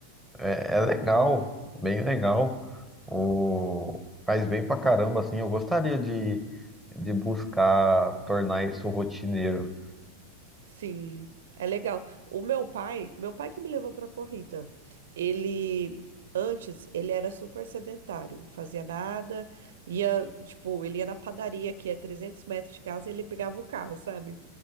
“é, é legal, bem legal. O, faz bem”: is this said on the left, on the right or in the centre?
Centre